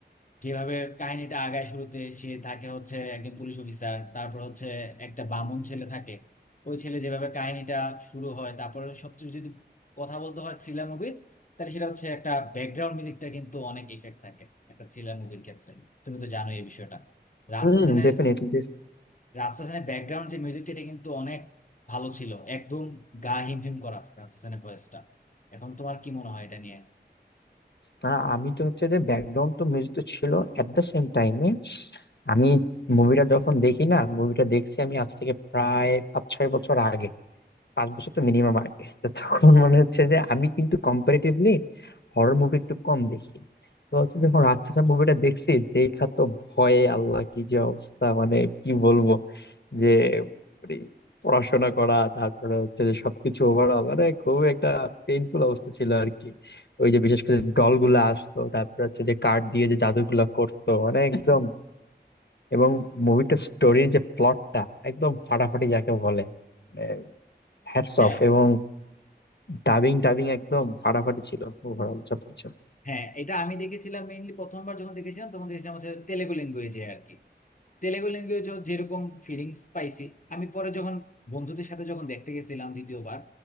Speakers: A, on the left (about 45°); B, on the left (about 70°).
A: যেভাবে কাহিনীটা আগায় শুরুতে সে থাকে হচ্ছে একজন পুলিশ অফিসার তারপর হচ্ছে একটা বামুন ছেলে থাকে ওই ছেলে যেভাবে কাহিনীটা শুরু হয় তারপরে সবচেয়ে যদি কথা বলতে হয় থ্রিলার মুভির তাহলে সেটা হচ্ছে একটা ব্যাকগ্রাউন্ড মিউজিকটা কিন্তু অনেক ইফেক্ট থাকে একটা থ্রিলার মুভির ক্ষেত্রে তুমি তো জানো এই বিষয়টা রাজশাসনের
B: হুম ডেফিনেটলি
A: রাজশাসনের ব্যাকগ্রাউন্ড যে মিউজিকটা এটা কিন্তু অনেক ভালো ছিল একদম গা হিমহিম করা রাজশাসনের ভয়েসটা এখন তোমার কি মনে হয় এটা নিয়ে
B: না আমি তো হচ্ছে যে ব্যাকগ্রাউন্ড তো মিউজিক তো ছিল এট দ্য সেম টাইমে আমি মুভিটা যখন দেখি না মুভিটা দেখছি আমি আজ থেকে প্রায় পাঁচ ছয় বছর আগে পাঁচ বছর তো মিনিমাম আগে তো তখন মনে হচ্ছে যে আমি কিন্তু কম্পারেটিভলি হরর মুভি একটু কম দেখি তো হচ্ছে যখন রাতসানা মুভিটা দেখছি দেখা তো ভয়ে আল্লাহ কি যে অবস্থা মানে কি বলবো যে মানে পড়াশোনা করা তারপরে হচ্ছে যে সবকিছু ওভারঅল মানে খুব একটা পেইনফুল অবস্থা ছিল আর কি ওই যে বিশেষ করে ডল গুলা আসতো তারপরে হচ্ছে যে কার্ড দিয়ে যে জাদুগুলা করতো মানে একদম এবং মুভিটা স্টোরির যে প্লটটা একদম ফাটাফাটি যাকে বলে মানে হ্যাটস
A: হ্যাঁ
B: অফ এবং ডাবিং টাবিং একদম ফাটাফাটি ছিল ওভারঅল সবকিছু
A: হ্যাঁ এটা আমি দেখেছিলাম মেইনলি প্রথমবার যখন দেখেছিলাম তখন দেখেছিলাম হচ্ছে তেলেগু ল্যাঙ্গুয়েজে আর কি তেলেগু ল্যাঙ্গুয়েজ যেরকম ফিলিংস পাইছি আমি পরে যখন বন্ধুদের সাথে যখন দেখতে গেছিলাম দ্বিতীয়বার